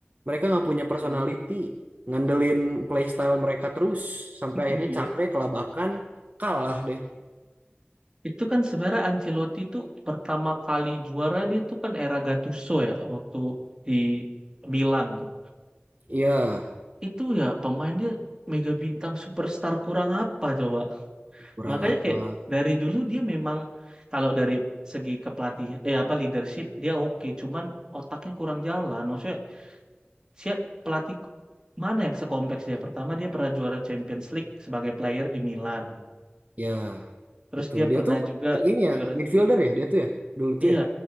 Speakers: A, on the right; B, on the right.
A: Mereka nggak punya personality,
B: Iya.
A: ngandelin playstyle mereka terus sampai
B: <laughs> Iya.
A: akhirnya capek, kelabakan, kalah deh.
B: Itu kan sebenarnya Ancelotti itu pertama kali juara dia tuh kan era Gattuso ya waktu di Milan tuh.
A: Iya,
B: Itu ya pemain dia mega bintang superstar kurang apa coba.
A: kurang
B: Makanya
A: apa?
B: kayak dari dulu dia memang kalau dari segi kepelatihan eh apa leadership dia oke, cuman otaknya kurang jalan. Maksudnya siap pelatih mana yang sekompleks dia? Pertama dia pernah juara Champions League sebagai player di Milan.
A: Ya,
B: Terus
A: betul.
B: dia
A: Dia
B: pernah
A: tuh
B: juga
A: ini ya
B: juara
A: midfielder ya dia tuh ya dulu tuh
B: Iya,
A: ya.